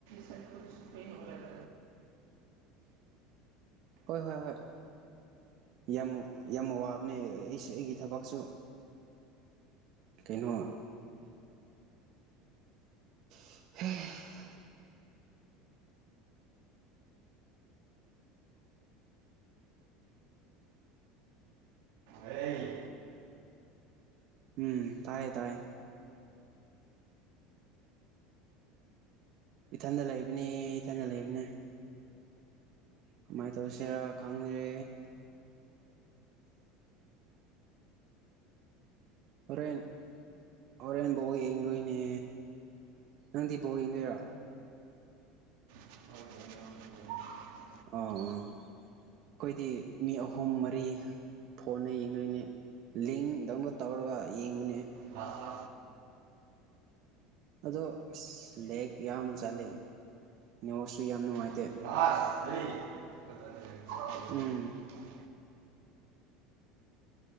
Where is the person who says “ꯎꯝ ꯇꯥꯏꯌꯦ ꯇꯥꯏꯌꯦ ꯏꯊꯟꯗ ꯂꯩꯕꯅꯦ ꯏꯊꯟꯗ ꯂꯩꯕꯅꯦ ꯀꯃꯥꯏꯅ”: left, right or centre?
Right